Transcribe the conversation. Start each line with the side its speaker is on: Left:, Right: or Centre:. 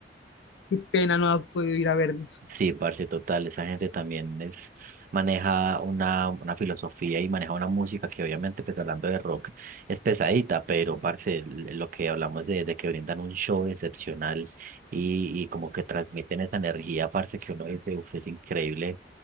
Left: Qué pena no haber podido ir a verlos.
Right: Sí, parce, total. Esa gente también es, maneja una, una filosofía y maneja una música que, obviamente, pues hablando de rock, es pesadita, pero, parce, l- lo que hablamos de, de que brindan un show excepcional y, y como que transmiten esa energía, parce, que uno dice, uff, es increíble